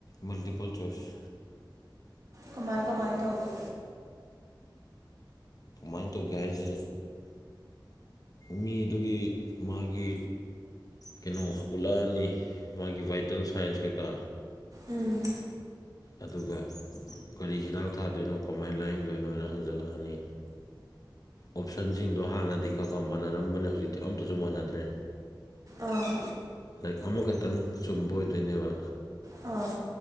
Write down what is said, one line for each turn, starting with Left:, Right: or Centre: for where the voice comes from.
Left: ꯃꯜꯇꯤꯄꯜ ꯆꯣꯏꯁ
Right: ꯀꯃꯥꯏ ꯀꯃꯥꯏ ꯇꯧꯒꯦ
Left: ꯅꯪ ꯇꯧꯒꯦ ꯍꯥꯏꯔꯤꯁꯦ ꯃꯤ ꯑꯗꯨꯒꯤ ꯃꯥꯒꯤ ꯀꯩꯅꯣ ꯎꯠꯂꯛꯑꯅꯤ ꯃꯥꯒꯤ ꯕꯥꯏꯇꯦꯜ ꯁꯥꯏꯁ ꯀꯩꯀꯥ
Right: ꯎꯝ
Left: ꯑꯗꯨꯒ ꯎꯝ ꯀꯔꯤ ꯍꯤꯗꯥꯛ ꯊꯥꯗꯣꯏꯅꯣ ꯀꯃꯥꯏ ꯂꯥꯏꯌꯦꯡꯗꯣꯏꯅꯣꯅ ꯍꯪꯖꯜꯂꯛꯑꯅꯤ ꯑꯣꯞꯁꯟꯁꯤꯡꯗꯣ ꯍꯥꯟꯅꯗꯤ ꯈꯔ ꯈꯔ ꯃꯥꯟꯅꯔꯝꯕꯅꯦ ꯍꯧꯖꯤꯛꯇꯤ ꯑꯝꯇꯁꯨ ꯃꯥꯟꯅꯗ꯭ꯔꯦ
Right: ꯑꯥ
Left: ꯂꯥꯏꯛ ꯑꯃꯈꯛꯇꯪ ꯆꯨꯝꯕ ꯑꯣꯏꯗꯣꯏꯅꯦꯕ
Right: ꯑꯥ